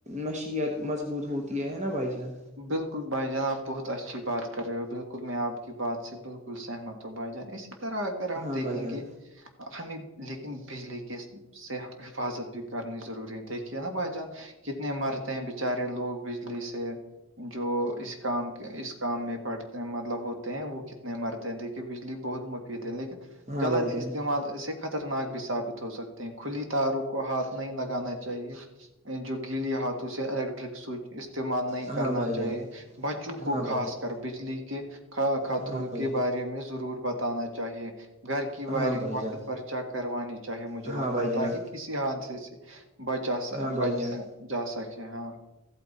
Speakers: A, on the right; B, on the right.
A: نشیت مضبوط ہوتی ہے نا بھائی جان
B: بالکل بھائی جان آپ بہت اچھی بات کر رہے ہو بالکل میں آپ کی بات سے بالکل سہمت ہوں بھائی جان اسی اس طرح اگر ہم
A: ہاں
B: دیکھیں
A: بھائی جان
B: گے ہمیں لیکن بجلی کے سے حفاظت بھی کرنی ضروری ہے دیک نا بھائی جان کتنے مرتے ہیں بچارے لوگ بجلی سے جو اس کام کے اس کام میں پڑتے مطلب ہوتے ہیں وہ کتنے مرتے ہیں دیک بجلی بہت مفید ہے لیکن
A: ہاں
B: غلط
A: بھائی جان
B: استعمال سے خطرناک بھی ثابت ہو سکتے ہیں کھلی تاروں کو ہاتھ نہیں لگانا چاہیے جو گیل ہاتھوں سے الیکٹرک سوئچ استعمال نہیں
A: ہاں
B: کرنا
A: بھائی
B: چاہیے بچوں
A: جان
B: کو خاص کر بجلی کے خطروں
A: ہاں بھائی
B: کے
A: جان
B: بارے میں ضرور بتانا چاہیے گھر کی
A: ہاں
B: وائرنگ
A: بھائی
B: وقت
A: جان
B: پر چیک کروانی چاہیے مجھے
A: ہاں
B: لگتا
A: بھائی جان ہاں بھائی
B: ہے
A: جان
B: تاکہ کسی حادثے سے بچا سچ
A: ہاں بھائی جان
B: جا سکے ہاں